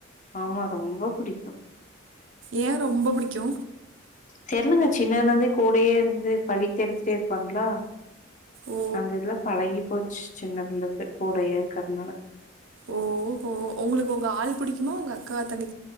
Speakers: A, on the left (about 40°); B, on the right (about 75°).
A: ஆமா ரொம்போ புடிக்கு
B: ஏ ரொம்போ புடிக்கு
A: தெர்லங்க சின்னதுல இருந்தே கூடயே இருந்து பழித்து எடுத்துட்டே இருப்பாங்களா
B: ஓ
A: அந்த இதுல பழகி போச் சின்னதுல இருந்து கூடயே இருக்குறதுனால
B: ஓஹோ உங்களுக்கு உங்க ஆள் புடிக்குமா உங்க அக்கா தங்கை